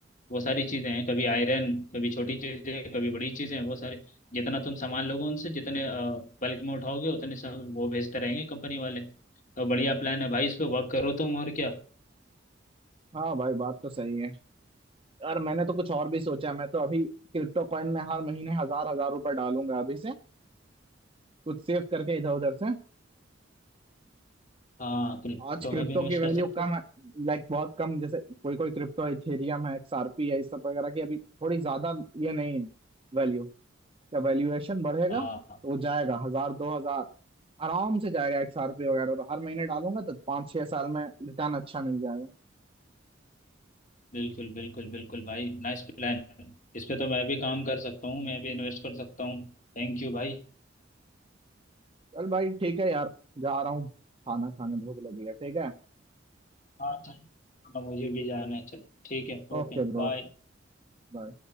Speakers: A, on the left (about 45°); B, on the right (about 30°).
A: वो सारी चीज़ें हैं कभी आयरन कभी छोटी चीज़ें कभी बड़ी चीज़ें वो सारे जितना तुम सामान लोगे उनसे जितने बल्क में उठाओगे उतने सामान वो भेजते रहेंगे कंपनी वाले तो बढ़िया प्लान है भाई
B: हाँ
A: इस पे वर्क करो तुम और क्या
B: हाँ भाई बात तो सही है यार मैंने तो कुछ और भी सोचा है, मैं तो अभी क्रिप्टो कॉइन में हर महीने हजार हजार रुपए डालूंगा अभी से कुछ सेव करके इधर उधर से
A: हाँ क्रिप्टो
B: आज क्रिप्टो
A: में भी इन्वेस्ट
B: की वैल्यू
A: कर सकते
B: कम
A: हो
B: है लाइक बहुत कम जैसे कोई कोई क्रिप्टो है इथेरियम है एक्सआरपी है इस सब वगैरह की अभी थोड़ी ज्यादा ये नहीं है वैल्यू का वैल्यूएशन बढ़ेगा
A: हाँ
B: तो वो जाएगा हजार दो हजार आराम से जाएगा एक साल पे वगैरह तो हर महीने डालूंगा तो पाँच छह साल में रिटर्न अच्छा मिल जाएगा
A: बिल्कुल बिल्कुल बिल्कुल भाई नाइस प्लान इस पे तो मैं भी काम कर सकता हूँ मैं भी इन्वेस्ट कर सकता हूँ थैंक यू भाई
B: चल भाई ठीक है यार जा रहा हूँ खाना खाने भूख लगी है ठीक है
A: हाँ चल, अब मुझे भी जाना है चल ठीक है ओके
B: ओके ब्रो
A: बाय
B: ओके बाय